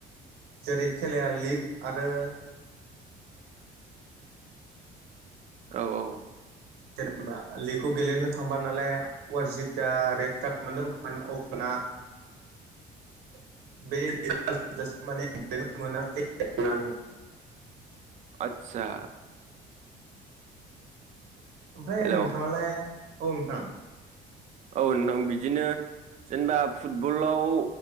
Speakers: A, on the right; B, on the right.
A: जेरै खेलाया लिग आरो
B: औ औ।
A: जेनेबा लिगखौ गेलेनो थांबा नालाय अरजितआ रेड कार्ड मोनो अब्लाना <unintelligible> <inaudible> बे लजासेम माने मोनासै <unintelligible> <inaudible>
B: आतसा।
A: ओमफ्राय
B: हेलौ
A: नोंथाङालाय औ नोंथां।
B: औ नोंथां बिदिनो जेनेबा फुटबलाव